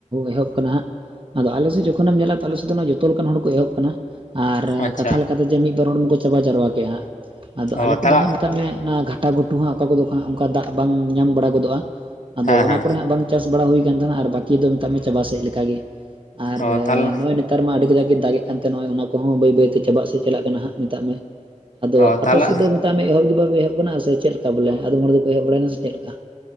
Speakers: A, on the right; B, on the left.
A: ᱮᱦᱚᱵ ᱟᱠᱟᱱᱟ ᱦᱟᱸᱜ ᱾ ᱟᱫᱚ ᱟᱞᱮ ᱥᱮᱫ ᱡᱚᱠᱷᱚᱱᱮᱢ ᱧᱮᱞᱟ ᱟᱞᱮ ᱥᱮᱫ ᱫᱚ ᱡᱷᱚᱛᱚ ᱞᱮᱠᱟᱱ ᱦᱚᱲ ᱠᱚ ᱮᱦᱚᱵ ᱟᱠᱟᱱᱟ ᱾ ᱟᱨ
B: ᱟᱪᱪᱷᱟ
A: ᱠᱟᱛᱷᱟ ᱞᱮᱠᱟ ᱛᱮ ᱡᱮ ᱢᱤᱫ ᱵᱟᱨ ᱦᱚᱲ ᱢᱟᱠᱚ ᱪᱟᱵᱟ ᱡᱟᱣᱨᱟ ᱠᱮᱫᱮᱜᱼᱟ ᱦᱟᱸᱜ ᱾ ᱟᱫᱚ
B: ᱚ
A: ᱟᱞᱮ ᱠᱚᱫᱚ
B: ᱛᱟᱦᱚᱞᱮ
A: ᱦᱟᱸᱜ ᱢᱮᱛᱟᱜ ᱢᱮ ᱚᱱᱟ ᱜᱷᱟᱴᱟ ᱜᱷᱩᱴᱩ ᱦᱟᱸᱜ ᱚᱠᱟ ᱠᱚᱫᱚ ᱚᱱᱠᱟ ᱫᱟᱜ ᱵᱟᱝ ᱧᱟᱢ ᱵᱟᱲᱟ ᱜᱚᱫᱚᱜᱼᱟ ᱾ ᱟᱫᱚ
B: ᱦᱮᱸ
A: ᱚᱱᱟ
B: ᱦᱮᱸ
A: ᱠᱚᱨᱮ ᱦᱟᱸᱜ ᱵᱟᱝ ᱪᱟᱥ ᱵᱟᱲᱟ ᱦᱩᱭ ᱟᱠᱟᱱ ᱛᱟᱦᱮᱱᱟ ᱟᱨ ᱵᱟᱠᱤ ᱫᱚ ᱢᱮᱛᱟᱜ ᱢᱮ ᱪᱟᱵᱟ ᱥᱮᱫ ᱞᱮᱠᱟ ᱜᱮ ᱾ ᱟᱨᱻ
B: ᱚ ᱛᱟᱦᱚᱞᱮ
A: ᱱᱚᱜᱼᱚᱭ ᱱᱤᱛ ᱱᱮᱛᱟᱨ ᱢᱟ ᱟᱹᱰᱤ ᱠᱟᱡᱟᱠ ᱜᱮ ᱫᱟᱜᱮᱜ ᱠᱟᱱ ᱛᱟᱦᱮ ᱱᱚᱜᱼᱚᱭ ᱚᱱᱟ ᱠᱚᱦᱚᱸ ᱵᱟᱹᱭ ᱵᱟᱹᱭᱛᱮ ᱪᱟᱵᱟᱜ ᱥᱮᱫ ᱪᱟᱞᱟᱜ ᱠᱟᱱᱟ ᱦᱟᱸᱜ ᱢᱮᱛᱟᱜ ᱢᱮ ᱾ ᱟᱫᱚ
B: ᱚ ᱛᱟᱦᱚᱞᱮ
A: ᱟᱯᱮ ᱥᱮᱫ ᱫᱚ ᱢᱮᱛᱟᱜ ᱢᱮ ᱮᱦᱚᱵ ᱜᱮ ᱵᱟᱯᱮ ᱮᱦᱚᱵ ᱟᱠᱟᱱᱟ ᱥᱮ ᱪᱮᱫ ᱞᱮᱠᱟ ᱵᱚᱞᱮ ᱟᱫᱚᱢ ᱦᱚᱲ ᱫᱚᱠᱚ ᱮᱦᱚᱵ ᱵᱟᱲᱟᱭᱱᱟ ᱥᱮ ᱪᱮᱫ ᱞᱮᱠᱟ?